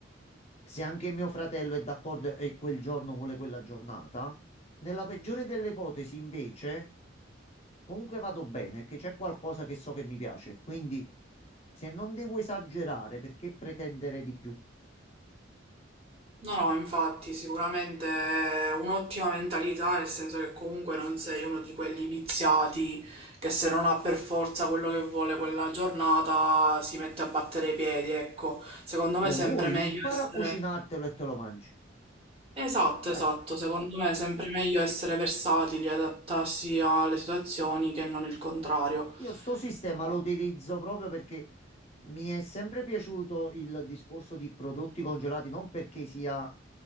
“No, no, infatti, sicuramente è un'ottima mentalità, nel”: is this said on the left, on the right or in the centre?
Right